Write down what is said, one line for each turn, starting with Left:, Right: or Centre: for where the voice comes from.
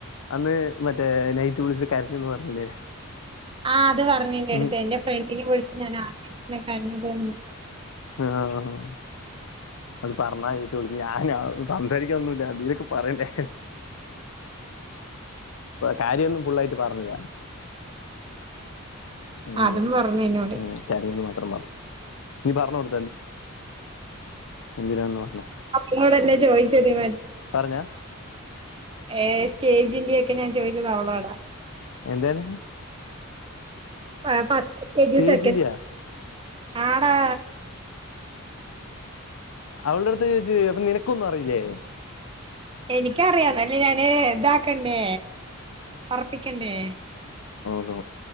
Left: അന്ന് മറ്റേ നൈറ്റ് വിളിച്ചിട്ട് കരഞ്ഞെന്ന് പറഞ്ഞില്ലേ
Right: ആഹ് അത് പറഞ്ഞെന്റെടുത്ത്
Left: ഉം
Right: എന്റെ ഫ്രണ്ടിനെ വിളിച്ച് ഞാൻ ആദ്യായിട്ടാണ് കരഞ്ഞത് എന്ന്
Left: ആഹ് അത് പറഞ്ഞാട്ടു വിളിച്ചു ഞാൻ സംസാരിക്കാ ഒന്നുമില്ല എന്തേലുവൊക്കെ പറയണ്ടേ കാര്യമൊന്നും ഫുള്ളായിട്ട് പറഞ്ഞില്ല ഉം
Right: അതും പറഞ്ഞ് എന്നോട്
Left: ഉം ശെരീന്ന് മാത്രം പറഞ്ഞു നീ പറഞ്ഞു കൊടു എന്തിനാണെന്ന് പറഞ്ഞ
Right: ങ്ങോടല്ലേ ചോയിച്ചത് മ
Left: പറഞ്ഞാ
Right: ഏത് സ്റ്റേജിന്റെയൊക്കെ ഞാൻ ചോദിച്ചത് അവളോടാ
Left: എന്താണ്
Right: ആ ഫസ്റ്റ് കെ
Left: സ്റ്റേജിന്റെയാ
Right: ജി സെക്കന്റ്‌ ആടാ
Left: അവളെടുത്ത് ചോയ്ച്ച് അപ്പൊ നിനക്കൊന്നും അറിയില്ലേ
Right: എനിക്കറിയാം എന്നാലും ഞാന് ഇതാക്കണ്ടേ ഒറപ്പിക്കണ്ടേ
Left: ഓ